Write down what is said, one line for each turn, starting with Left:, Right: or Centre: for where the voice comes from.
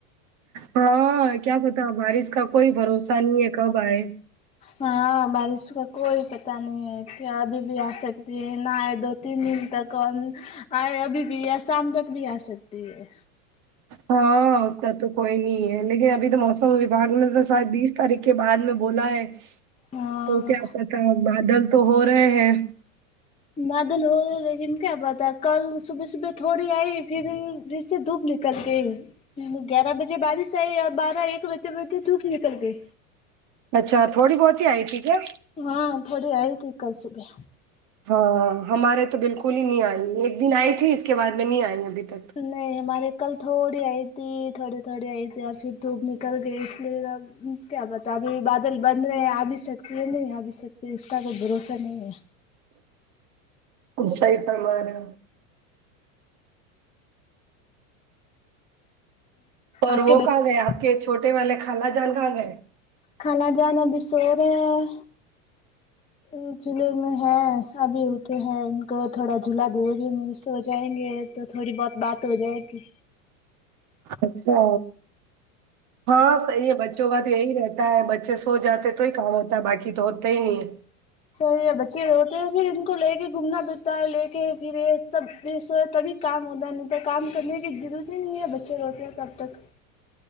Right: ہاں کیا پتا بارش کا کوئی بھروسہ نہیں ہے کب آئے
Left: ہاں بارش کا کوئی پتا نہیں ہے کیا ابھی بھی آ سکتی ہے نہئے دو تین دن تک اور آئے ابھی بھی یا شام تک بھی آ سکتی ہے
Right: ہاں اس کا تو کوئی نہیں ہے لیکن ابھی تو موسم وباگ نے تو شاید بیس تاریخ کے بعد میں بولا ہے
Left: ہاں
Right: تو کیا پتا بادل تو ہو رہے ہیں
Left: معادل ہو گئے لیکن کیا پتہ کل صبح صبح تھوڑی آئی پھر پھر سے دھوپ نکل گئی گیارہ بجے بارش آئی اور بارہ ایک بجے تو دھو پ ی نکل گئیں
Right: اچھا تھوڑی بہت ہی آئی تھی کیا
Left: ہاں تھوڑی آئی تھی کل صبح
Right: ہاں ہاں ہمارے تو بالکل ہی نہیں آئی ایک دن آئی تھی اس کے بعد میں نہیں آئی ابھی تک
Left: نہیں ہمارے کل تھوڑی آئی تھی تھوڑی تھوڑی آئی تھی اور پھر دھوپ نکل گئی اس لیے ا کیا بتا ابھی بادل بن رہے ہیں آ بھی سکتی ہے نہیں آ بھی سکتی اس کا کوئی بھروسہ نہیں ہے
Right: تم صحیح فرمارہی ہو اور
Left: آپ کے
Right: وہ
Left: بچ
Right: کہاں گئے آپ کے چھوٹے والے خالا جان کہاں گئے
Left: خالا جان ابھی سو رہے ہیں یہ جولہے میں ہے ابھی اٹھے ہیں ان کو تھوڑا جھولا دے گی م سو جائیں گے تو تھوڑی بہت بات ہو جائے گی
Right: اچھا ہاں صحیح ہے بچوں کا تو یہی رہتا ہے بچے سو جاتے تو ہی کام ہوتا ہے باقی تو ہوتے ہی نہیں
Left: صحیح ہے بچے جو ہوتے ہیں پھر ان کو لے کے گھومنا پھرتا ہے لے کے پھر یہ سب یہ سو تبھی کام ہوتا ہے نہیں تو کام کرنے کی ضرورت ہی نہیں ہے بچے روتے ہیں تب تک